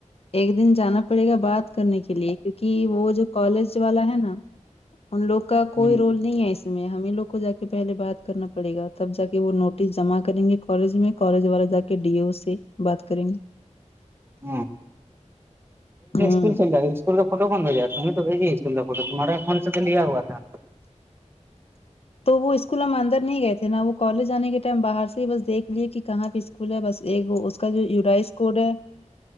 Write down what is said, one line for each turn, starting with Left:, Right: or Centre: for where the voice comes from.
Left: ایک دن جانا پڑے گا بات کرنے کے لیے کیونکہ وہ جو کالج والا ہے نا ان لوگو کا کوئی
Right: ہوں
Left: رول نہیں ہے اس میں ہمیں لوگ کو جا کے پہلے بات کرنا پڑے گا تب جا کے وہ نوٹس جمع کریں گے کالج میں کالج والا جا کے ڈی او سے بات کریں گے
Right: <unintelligible>
Left: ہوں
Right: فوٹو کون بھیجا تم ہی تو بھیجی اسکول کا فوٹو تمہارے فون سے تو لیا ہوا تھا
Left: تو وہ اسکول ہم اندر نہیں گئے تھے نا وہ کالج آنے کے ٹائم باہر سے ہی بس دیکھ لیے کہاں پہ کل ہے بس ایک وہ اس کا جو یورائز کوڈ ہے